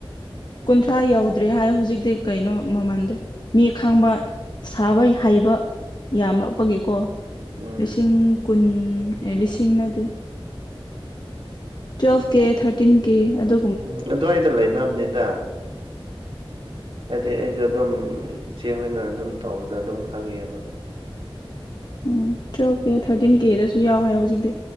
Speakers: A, on the right; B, on the left.
A: ꯎꯝ
B: ꯀꯨꯟꯊ꯭ꯔꯥ ꯌꯧ ꯇ꯭ꯔꯦ ꯍꯥꯏ ꯍꯧꯖꯤꯛꯇꯤ ꯀꯩꯅꯣ ꯃꯃꯟꯗꯣ ꯃꯤ ꯈꯪꯕ
A: ꯎꯝ
B: ꯁꯥꯕ ꯍꯩꯕ ꯌꯥꯝꯂꯛꯄꯒꯤꯀꯣ
A: ꯎꯝ
B: ꯂꯤꯁꯤꯡ ꯀꯨꯟ ꯂꯤꯁꯤꯡ ꯅꯠꯇꯦ ꯇ꯭ꯋꯦꯜꯐ ꯀꯦ ꯊꯥꯔꯇꯤꯟ ꯀꯦ ꯑꯗꯨ
A: ꯎꯝ ꯑꯗꯨꯋꯥꯏꯗ ꯂꯩꯅꯕꯅꯤꯗ ꯍꯥꯏꯗꯤ ꯑꯩꯁꯨ ꯑꯗꯨꯝ ꯏ ꯆꯦ ꯍꯣꯏꯅ ꯑꯗꯨꯝ ꯇꯧꯕꯗ ꯑꯗꯨꯝ ꯈꯪꯉꯦꯕ
B: ꯎꯝ ꯇꯨꯋꯦꯜꯞ ꯀꯦ ꯊꯥꯔꯇꯤꯟ ꯀꯦꯗꯁꯨ ꯌꯥꯎꯋꯦ ꯍꯧꯖꯤꯛꯇꯤ